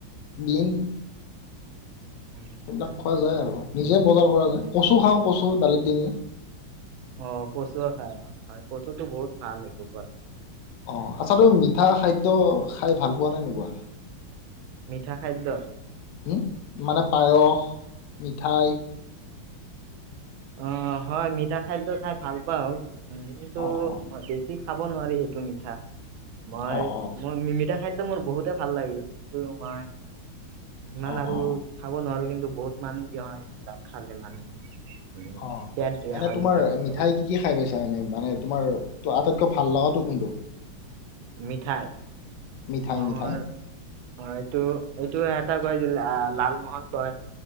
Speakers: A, on the left; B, on the right.
A: বিন
B: উম,
A: সেইবিলাক
B: হয়।
A: খোৱা যায় আৰু নিজে বজাৰ কচু খাওঁ কচু দালিত দিউ
B: অ' কচু খাই অ' কচুটো বহুত ভাল হয় কচুট
A: অ' আচ্ছা তুমি মিঠা খাদ্য খাই ভাল পোৱা নে নোপোৱা?
B: মিঠা খাদ্য।
A: উম মানে পায়স, মিঠাই,
B: অ' হয় মিঠা খাদ্যয় খাই ভাল পাওঁ। কিন্তু
A: অ' অ'।
B: বেছি খাব নোৱাৰি সেইটো মিঠা, মই
A: অ অ অ
B: মই মিঠা খাদ্যৰ মোৰ বহুতে ভাল লাগে, কিন্তু মই ইমান
A: অ
B: আৰু
A: অ
B: খাব নোৱাৰো কিন্তু বহুত মানে কি হয় খালে মানে। উম,
A: অঁ।
B: পেট বেয়া
A: এনে
B: হয়
A: তোমাৰ
B: মিঠা খাদ্য
A: মিঠাই
B: খালে
A: কি কি খাই পাইছা। এনে মানে তোমাৰ আটাইতকৈ ভাল লগাটো কোনটো,
B: মিঠাই
A: মিঠাই
B: অ'।
A: মিঠাই
B: অ' এইটো এটা কইছিল। <inaudible> লাল মহন্তই,